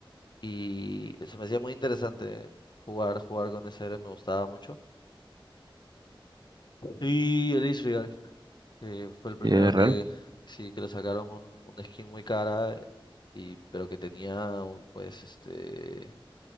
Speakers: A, on the left; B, on the right.
A: y se me hacía muy interesante jugar, jugar con ese héroe, me gustaba mucho. Y el Israel, que fue el primero
B: Y es
A: que
B: real.
A: sí que le sacaron un, un skin muy cara, eh, y pero que tenía un- pues este